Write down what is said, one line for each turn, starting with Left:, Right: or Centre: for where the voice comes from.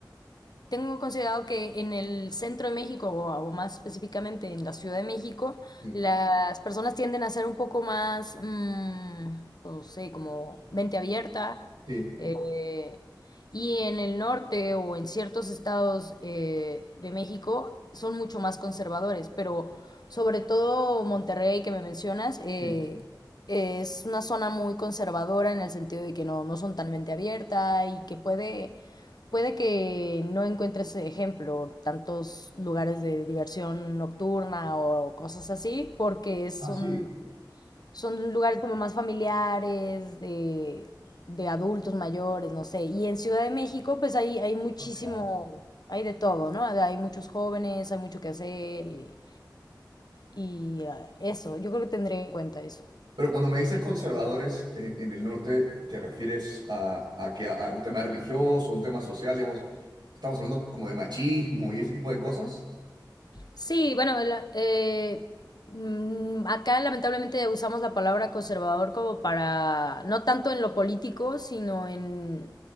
Left: tengo considerado que en el centro de México, o, o más específicamente en la Ciudad de México,
Right: Sí,
Left: las personas tienden a ser un poco más, mm, no sé, como mente abierta.
Right: sí,
Left: eh, y en el norte o en ciertos estados eh, de México son mucho más conservadores, pero sobre todo Monterrey que me mencionas, eh,
Right: sí.
Left: es una zona muy conservadora en el sentido de que no, no son tan mente abierta y que puede puede que no encuentres ejemplo, tantos lugares de diversión nocturna o cosas así, porque son,
Right: Ah, sí.
Left: son lugares como más familiares, de, de adultos mayores, no sé. Y en Ciudad de México, pues hay, hay muchísimo,
Right: Ah, claro.
Left: hay de todo, ¿no? Hay muchos jóvenes, hay mucho que hacer y, y, ah, eso, yo creo que tendré en cuenta eso.
Right: Pero cuando me dices conservadores en, en el norte, ¿te refieres a, a que a, a un tema religioso, un tema social, digamos? Estamos hablando como de machismo y ese tipo de cosas.
Left: Sí, bueno, la- eh, mm, acá lamentablemente usamos la palabra conservador como para, no tanto en lo político, sino en,